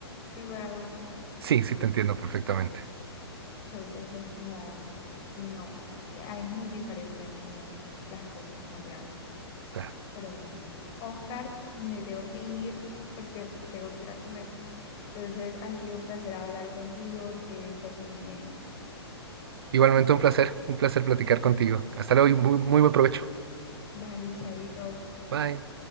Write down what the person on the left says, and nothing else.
Sí me hago entender.
Entonces es como, no, ah, es muy diferente a cómo las cosas cambiaron.
Pero bueno, Oscar, me tengo que ir porque tengo que ir a comer. Entonces, ha sido un placer hablar contigo, que estés muy bien.
Vale, chaito.